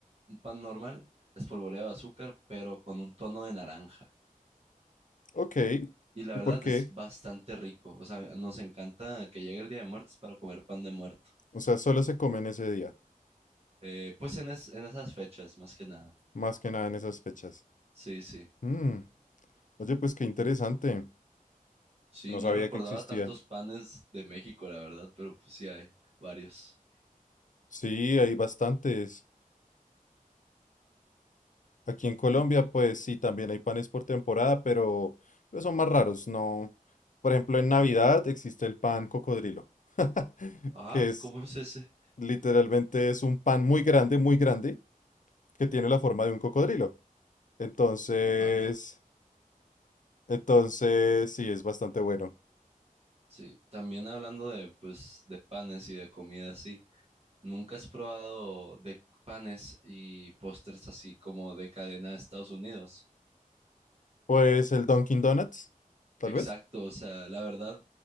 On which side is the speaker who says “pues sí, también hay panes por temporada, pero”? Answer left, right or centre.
Left